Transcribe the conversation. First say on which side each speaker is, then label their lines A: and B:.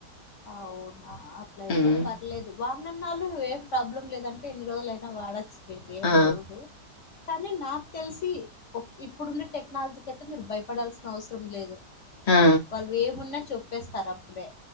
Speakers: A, on the left; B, on the left.
A: అవునా అట్లయితే
B: హ్మ్.
A: పర్లేదు వాన. ఇన్నాళ్లు ఏం ప్రాబ్లం లేదంటే ఎన్ని రోజులుయినా వాడచ్చు. నీకేం
B: ఆ!
A: అవదు కని నాకు న తెల్సి. ఇప్పుడుండే టెక్నాలజీకి అయితే మీరు భయపడాల్సిన అవసరం లేదు.
B: ఆ!
A: వాళ్ళు వెమున్నా చోప్పేస్తారు అప్పుడే.